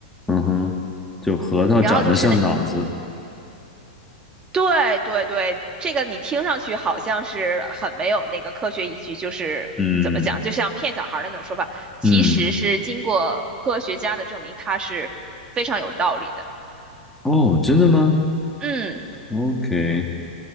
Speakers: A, in the centre; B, on the right (about 20°).
A: 嗯哼，就核桃长得像脑子。
B: 然后就是那对对对，这个你听上去好像是很没有那个科学依据，就是怎么讲，
A: 嗯
B: 就像骗小孩儿的那种说法，其实是经过科学家的证明，
A: 嗯，
B: 它是非常有道理的。
A: 哦，真的吗
B: 嗯，
A: ？OK，